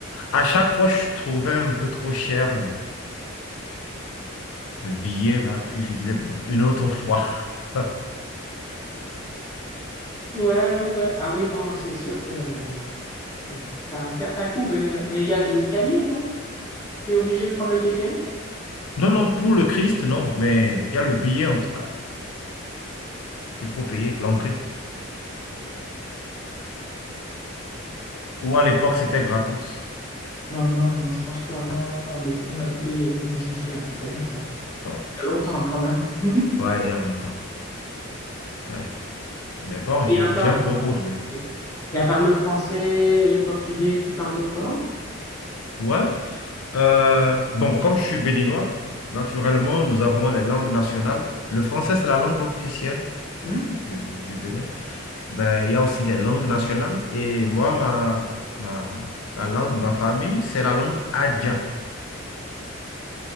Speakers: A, on the left (about 80°); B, on the left (about 15°).
A: À chaque fois, je trouvais un peu trop cher le, le billet, là. Puis je disais, bon, une autre fois. <laughs>
B: Ouais, ouais, ouais. Ah oui, non, c'est sûr que ça, ça a un certain coût. ouais. Mais il y a des escaliers, non? T'es obligé de prendre le téléphérique?
A: Non, non, pour le Christ, non. Mais il y a le billet, en tout cas, qu'il faut payer, l'entrée. Ou à l'époque, c'était gratos.
B: Non, non, non, je pense pas. Non,
A: Ah,
B: non, on a dû, on a dû payer. Je, me- je me souviens plus très bien ça.
A: bon.
B: Il y a longtemps hein, quand même. <laughs>
A: Ouais, il y a longtemps. Ouais. Mais bon,
B: Et
A: j'aime,
B: à part,
A: j'aime beaucoup Rio.
B: et à part le français, le portugais, tu parles d'autres langues?
A: Ouais. Euh, bon, comme je suis béninois, naturellement, nous avons les langues nationales. Le français, c'est la langue officielle
B: Hmm
A: du, du Bénin. Ben, il y a aussi les langues nationales. Et moi, ma, ma, la langue de ma famille, c'est la langue Adja.